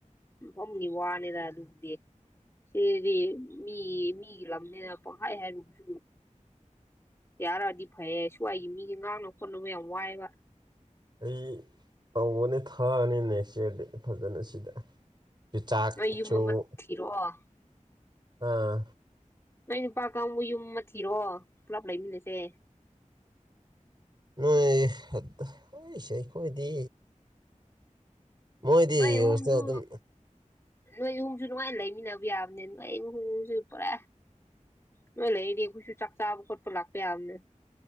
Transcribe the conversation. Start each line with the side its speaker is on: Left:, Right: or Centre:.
Left: ꯃꯐꯝꯒꯤ ꯋꯥꯅꯤꯗ ꯑꯗꯨꯕꯨꯗꯤ ꯑꯦꯗꯤ ꯃꯤ ꯃꯤꯒꯤ ꯂꯝꯅꯦꯅ ꯄꯪꯈꯥꯏ ꯍꯥꯏꯔꯨꯕꯁꯨ ꯌꯥꯔꯛꯑꯗꯤ ꯐꯩꯌꯦ ꯁ꯭ꯋꯥꯏꯒꯤ ꯃꯤꯁꯦ ꯉꯥꯡꯅ ꯈꯣꯠꯅꯕ ꯌꯥꯝ ꯋꯥꯏꯑꯕ
Right: ꯑꯩ ꯇꯧꯕꯅꯤ ꯊꯥꯔꯅꯤ ꯅꯦꯛꯆꯔꯗꯤ ꯐꯖꯅ ꯁꯤꯗ ꯄꯤ ꯆꯥꯛꯥꯛꯁꯨꯨ
Left: ꯅꯣꯏ ꯌꯨꯝ ꯑꯃ ꯊꯤꯔꯛꯑꯣ
Right: ꯑꯥ
Left: ꯅꯣꯏ ꯅꯨꯄꯥ ꯀꯥꯡꯕꯨ ꯌꯨꯝ ꯑꯃ ꯊꯤꯔꯣ ꯄꯨꯂꯞ ꯂꯩꯃꯤꯟꯅꯁꯦ
Right: ꯅꯣꯏꯁꯦ ꯑꯩꯈꯣꯏꯗꯤ ꯃꯣꯏ ꯏꯗꯤ
Left: ꯅꯣꯏ ꯑꯍꯨꯝꯁꯨ
Right: ꯑꯗꯨꯝ
Left: ꯅꯣꯏ ꯑꯍꯨꯝꯁꯨ ꯅꯨꯉꯥꯏꯅ ꯂꯩꯃꯤꯟꯅꯕ ꯌꯥꯕꯅꯦ ꯅꯣꯏ ꯑꯍꯨꯝꯁꯨ ꯄꯨꯔꯥ ꯅꯣꯏ ꯂꯩꯔꯗ ꯑꯩꯈꯣꯌ ꯁꯨ ꯆꯥꯛ ꯆꯥꯕꯥ ꯂꯥꯀꯄꯥ ꯌꯥꯕꯅꯦ